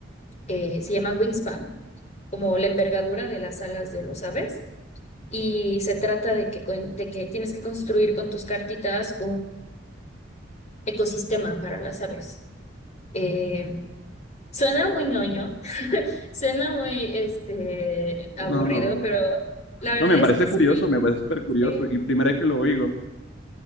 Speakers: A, on the left; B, on the left.
A: eh, se llama Wingspan, como la envergadura de las alas de los aves. Y se trata de que, con- de que tienes que construir con tus cartitas ecosistema para las aves. Eh, suena muy ñoño, suena muy este, aburrido,
B: No, no.
A: pero la verdad
B: No, me
A: es
B: parece
A: que es
B: curioso,
A: muy...
B: me parece súper curioso.
A: Sí,
B: Y primera vez que lo oigo, o